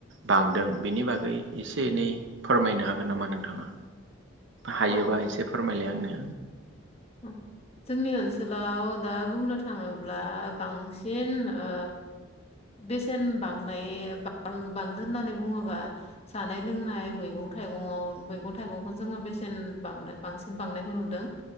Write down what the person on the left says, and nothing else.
औ
उ जोंनि ओनसोलाव दा बुंनो थाङोब्ला बांसिन ओ बेसेन बांनाय बां बांदो होननानै बुङोबा जानाय लोंनाय मैगं थाइगंआव मैगं थाइगंखौ जोङो बेसेन बांना बांसिन बांनायखौ नुदों